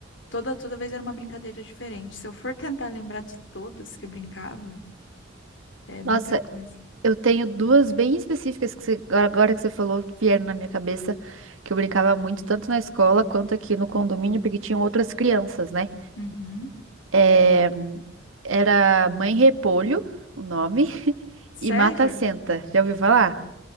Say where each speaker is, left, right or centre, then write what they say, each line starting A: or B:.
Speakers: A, on the left; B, on the right.
A: toda, toda vez era uma brincadeira diferente. Se eu for tentar lembrar de todas que eu brincava, é muita
B: Nossa,
A: coisa.
B: Eu tenho duas bem específicas que você- agora agora que você falou que vieram na minha cabeça, que eu brincava muito, tanto na escola quanto aqui no condomínio, porque tinham outras crianças, né?
A: Uhum.
B: É, era Mãe Repolho, o nome, <laughs>
A: Sério?
B: e Mata Senta. Já ouviu falar?